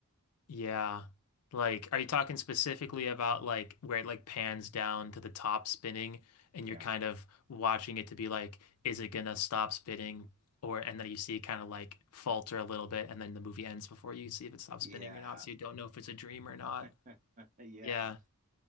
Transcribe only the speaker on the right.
Yeah,
yeah,
<laughs> yeah,